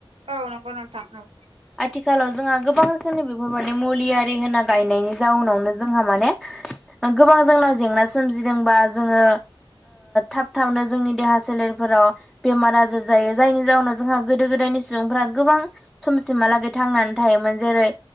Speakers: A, on the right (about 85°); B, in the centre.
A: औ नंगौ नोंथा औ।
B: आथिखालाव जोंहा गोबां <unintelligible> बेफोरबायदि मुलि आरि होना गायनायनि जाउनावनो जोंहा माने गोबां जोंनाव जेंना सोमजिदोंबा जोङो थाब थाबनो जोंनि देहा सोलेर फोराव बेमार आजार जायो जायनि जाउनाव जोंहा गोदो गोदायनि सुबुंफोरा गोबां समसिमहालागै थांनानै थायोमोन जेरै